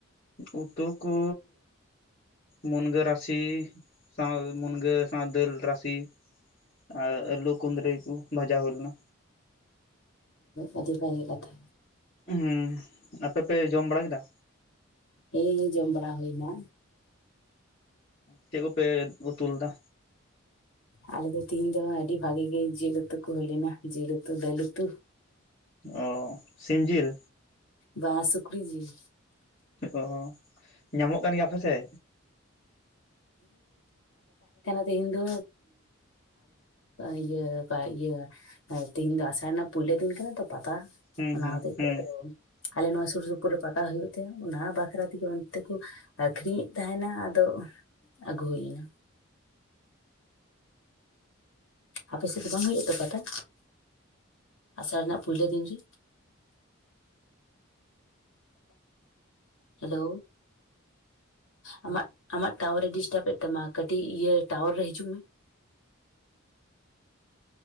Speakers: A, on the left (about 40°); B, on the left (about 65°).
A: ᱩᱛᱩ ᱠᱚ ᱢᱩᱱᱜᱟᱹ ᱨᱟᱥᱮ ᱥᱟᱶ ᱢᱩᱱᱜᱟᱹ ᱥᱟᱶ ᱫᱟᱹᱞ ᱨᱟᱥᱮ ᱟᱨ ᱟᱞᱩ ᱠᱩᱸᱫᱽᱨᱤ ᱠᱚ ᱵᱷᱟᱡᱟ ᱦᱩᱭ ᱞᱮᱱᱟ
B: ᱚᱹ ᱟᱹᱰᱤ ᱵᱷᱟᱹᱜᱮ ᱠᱟᱛᱷᱟ
A: ᱦᱩᱸ ᱟᱯᱮ ᱯᱮ ᱡᱚᱢ ᱵᱟᱲᱟ ᱠᱮᱫᱟ
B: ᱦᱮᱸ ᱡᱚᱢ ᱵᱟᱲᱟ ᱦᱩᱭᱮᱱᱟ
A: ᱪᱮᱫ ᱠᱚᱯᱮ ᱩᱛᱩ ᱞᱮᱫᱟ
B: ᱟᱞᱮ ᱫᱚ ᱛᱤᱦᱤᱧ ᱫᱚ ᱦᱟᱹᱜ ᱟᱰᱤ ᱵᱷᱟᱜᱮ ᱜᱮ ᱡᱤᱞ ᱩᱛᱩ ᱠᱚ ᱦᱩᱭ ᱞᱮᱱᱟ ᱡᱤᱞ ᱩᱛᱩ ᱫᱟᱹᱞ ᱩᱛᱩ
A: ᱚ ᱥᱤᱢ ᱡᱤᱞ
B: ᱵᱟᱝ ᱥᱩᱠᱨᱤ ᱡᱤᱞ
A: ᱚ ᱧᱟᱢᱚᱜ ᱠᱟᱱ ᱜᱮᱭᱟ ᱟᱯᱮ ᱥᱮᱜ
B: ᱛᱮᱦᱮᱱ ᱫᱚ ᱤᱭᱟᱹᱠᱟᱜ ᱤᱭᱟᱹ ᱛᱮᱦᱮᱱ ᱫᱚ ᱟᱥᱟᱲ ᱯᱩᱭ ᱞᱳᱫᱤᱧ ᱠᱟᱱᱟ ᱛᱚ ᱯᱟᱛᱟ
A: ᱦᱩᱸ
B: ᱚᱱᱟ
A: ᱦᱩᱸ
B: ᱦᱚᱛᱮᱜ
A: ᱦᱩᱸ
B: ᱛᱮ ᱟᱫᱚ ᱟᱞᱮ ᱱᱚᱣᱟ ᱥᱩᱨ ᱥᱩᱯᱩᱨ ᱨᱮ ᱯᱟᱛᱟ ᱦᱩᱭᱩᱜ ᱛᱮ ᱚᱱᱟ ᱵᱟᱠᱷᱨᱟ ᱛᱮᱜᱮ ᱚᱱᱛᱮ ᱠᱚ ᱟᱠᱷᱨᱤᱧᱮᱫ ᱛᱟᱦᱮᱱᱟ ᱟᱫᱚ ᱟᱹᱜᱩ ᱦᱩᱭ ᱞᱤᱱᱟᱹ ᱟᱯᱮ ᱥᱮᱫ ᱫᱚ ᱵᱟᱝ ᱦᱩᱭᱩᱜ ᱛᱮ ᱯᱟᱛᱟ ᱟᱥᱟᱲ ᱨᱮᱱᱟᱜ ᱯᱳᱭᱞᱳ ᱫᱤᱱ ᱨᱮ ᱦᱮᱞᱳ ᱟᱢᱟᱜ ᱟᱢᱟᱜ ᱴᱟᱣᱟᱨ ᱮ ᱰᱤᱥᱴᱟᱵ ᱮᱫ ᱛᱟᱢᱟ ᱠᱟᱹᱴᱤᱡ ᱤᱭᱟᱹ ᱴᱟᱣᱟᱨ ᱨᱮ ᱦᱤᱡᱩᱜ ᱢᱮ <inaudible>